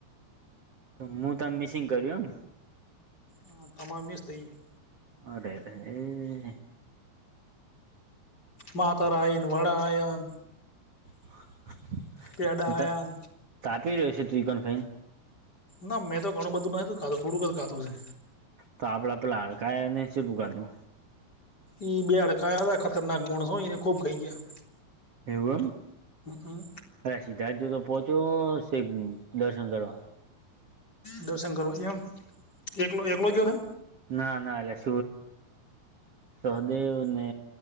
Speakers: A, on the right; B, on the left.
A: તો મુ તન મિસિંગ કર્યું એમ
B: હા તમા મિસ થઈ ગયું
A: અરે રે રે
B: માતર આયીન વડા આયન
A: <inaudible>
B: પેડા
A: તો
B: આયાન
A: ત તાપી રહી <unintelligible>
B: ના મેં તો ઘણું બધું નતું ખાધું થોડુંક જ ખાધું છે.
A: તો આપણા પેલા હાડકાએ ને છેલું ખાધું
B: ઈ બે આડકા <unintelligible> ખતરનાક માણસો ને ખૂબ ખાઈ ગયા
A: એવું એમ
B: હમ
A: અરે સિદ્ધાર્થ જોતો પહોંચો સેક દર્શન કરવા
B: દર્શન કરવા એમ એકલો એકલો ગયો હે
A: ના ના <unintelligible> સહદેવને